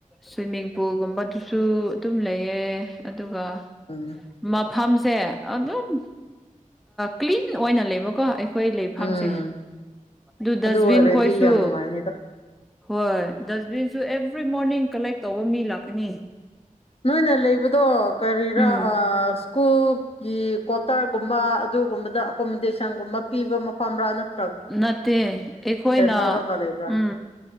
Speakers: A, in the centre; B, on the left.
A: ꯁꯨꯏꯃꯤꯡ ꯄꯨꯜꯒꯨꯝꯕꯗꯨꯁꯨ ꯑꯗꯨꯝ ꯂꯩꯌꯦ ꯑꯗꯨꯒ꯫
B: ꯎꯝ꯫
A: ꯃꯐꯝꯁꯦ ꯑꯗꯨꯝ ꯀꯤꯂꯤꯟ ꯑꯣꯏꯅ ꯂꯩꯕꯀꯣ꯫ ꯑꯩꯈꯣꯏ ꯂꯩꯐꯝꯁꯦ
B: ꯎꯝ
A: ꯑꯗꯨ ꯗꯁꯕꯤꯟ
B: ꯑꯣꯏꯔꯗꯤ
A: ꯈꯣꯏꯁꯨ꯫
B: ꯌꯥꯝ ꯅꯨꯡꯉꯥꯏꯅꯤꯗ
A: ꯍꯣꯏ ꯗꯁꯕꯤꯟꯁꯨ ꯑꯦꯕ꯭ꯔꯤ ꯃꯣꯔꯅꯤꯡ ꯀꯂꯦꯛ ꯇꯧꯕ ꯃꯤ ꯂꯥꯛꯀꯅꯤ꯫
B: ꯅꯣꯏꯅ ꯂꯩꯕꯗꯣ ꯀꯔꯤꯔꯥ
A: ꯎꯝ
B: ꯑꯁ꯫ ꯀꯣꯜꯀꯤ ꯀ꯭ꯋꯥꯇꯔꯒꯨꯝꯕ ꯑꯗꯨꯒꯨꯝꯕꯗ ꯑꯦꯀꯣꯃꯣꯗꯦꯁꯟꯒꯨꯝꯕ ꯄꯤꯕ ꯃꯐꯝ ꯔꯥ ꯅꯥꯠꯇ
A: ꯅꯠꯇꯦ ꯑꯩꯈꯣꯏꯅ
B: ꯂꯧꯔꯒ ꯂꯩꯕ꯭ꯔꯥ
A: ꯎꯝ